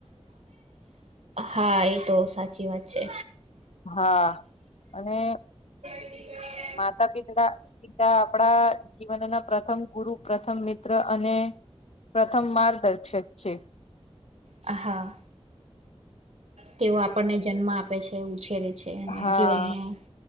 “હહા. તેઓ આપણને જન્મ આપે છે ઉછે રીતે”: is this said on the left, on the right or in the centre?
Right